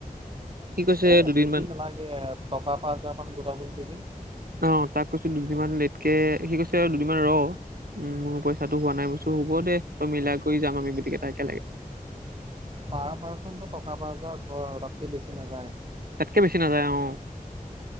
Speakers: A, on the right; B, on the right.
A: সি কৈছে
B: এ
A: দুদিনমান
B: বেছি নালাগে টকা পাঁচ হাজাৰ মান গোটাব দিবি
A: অ' তাক কৈছো দুদিনমান লেটকে সি কৈছে দুদিনমান ৰ মোৰ পইচা পইছাটো হোৱা নাই হব দে তই মিলাই কৰি যাম আমি গোটেকেটা একেলগে
B: পাৰ পাৰ্চনো টকা পাচ হাজাৰ ধৰ আৰু তাতকে বেছি নাযায়
A: তাতকে বেছি নাযায় অ'